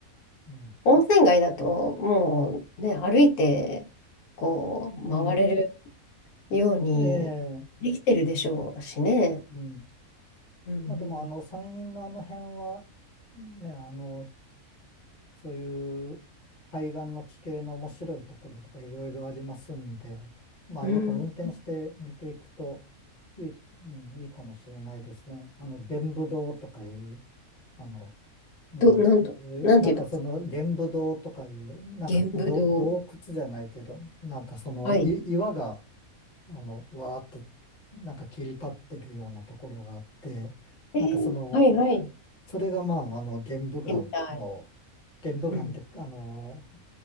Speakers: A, on the left (about 35°); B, on the left (about 85°).
A: うん。
B: 温泉街だと、もうね、歩いて、こう、
A: う
B: 回れるようにできてるでしょうしね。
A: ん。ええ、うん。
B: うんうん
A: まあ、でも、あの、山陰のあの辺は、ね、あの、そういう海岸の地形の面白いところとかいろいろありますんで、まあ、
B: うん。
A: やっぱ運転して見ていくといい、うん、いいかもしれないですね。あの、玄武洞とかいう、あの、ねえ、
B: ど、なんと、
A: なんかその玄武洞とかいう、
B: なんていうと、
A: なんか洞、
B: 玄武洞。
A: 洞窟じゃないけど、なんかそのい岩が、
B: はい。
A: あの、わーって、なんか切り立ってるようなところがあって、なんかその、
B: えー、はいはい。行っ
A: それがまあ、あの、玄武岩の、
B: てみたい。
A: 玄武岩って、
B: うん。
A: あの、